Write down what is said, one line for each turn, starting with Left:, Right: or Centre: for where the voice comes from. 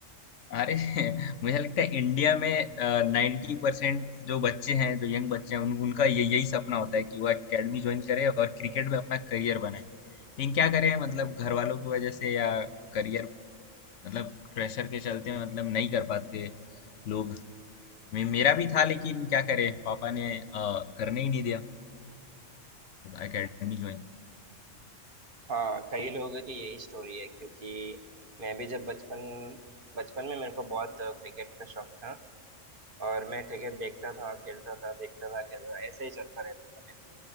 Left: अरे <laughs> मुझे लगता है इंडिया में नाइन्टी परसेंट जो बच्चे हैं जो यंग बच्चे हैं उन, उनका ये यही सपना होता है कि वो एकेडमी ज्वाइन करे और क्रिकेट में अपना करियर बनाए लेकिन क्या करें मतलब घर वालों की वजह से या करियर मतलब प्रेशर के चलते मतलब नहीं कर पाते लोग मे, मेरा भी था लेकिन क्या करें पापा ने अ, करने ही नहीं दिया एकेडमी ज्वाइन
Right: हाँ कई लोगों की यही स्टोरी है क्योंकि मैं भी जब बचपन बचपन में मेरे को बहुत अ, क्रिकेट का शौक था और मैं क्रिकेट देखता था खेलता था देखता था खेलता था ऐसे ही चलता रहता था मेरा।